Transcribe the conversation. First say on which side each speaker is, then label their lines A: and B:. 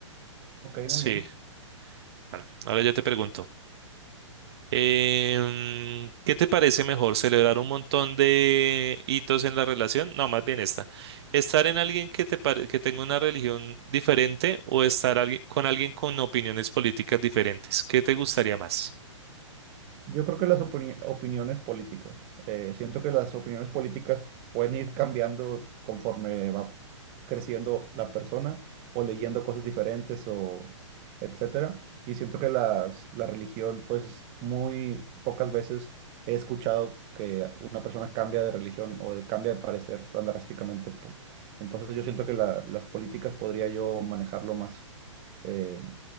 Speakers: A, on the right (about 30°); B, on the right (about 55°).
A: ok,
B: Sí.
A: muy bien.
B: Bueno, ahora yo te pregunto, em, ¿qué te parece mejor? ¿Celebrar un montón de hitos en la relación? No, más bien esta. ¿Estar en alguien que te pare- que tenga una religión diferente o estar alguien- con alguien con opiniones políticas diferentes? ¿Qué te gustaría más?
A: Yo creo que las opini- opiniones políticas. eh, siento que las opiniones políticas pueden ir cambiando conforme va creciendo la persona o leyendo cosas diferentes o etcétera. Y siento que las, la religión, pues muy pocas veces he escuchado que una persona cambia de religión o de- cambia de parecer tan drásticamente. po- Entonces yo siento que la- las políticas podría yo manejarlo más, eh,